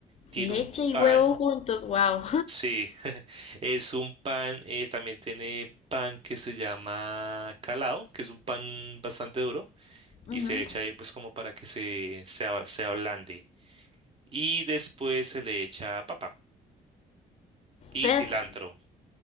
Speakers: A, on the right; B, on the left.
A: tiene
B: Leche
A: un
B: y
A: pan.
B: huevo juntos, wow.
A: Sí, <laughs> es un pan, eh, también tiene pan que se llama calado, que es un pan bastante duro
B: <laughs>
A: y
B: Ujú.
A: se echa ahí pues como para que se, se, a- se ablande. Y después se le echa papa y
B: Pues
A: cilantro.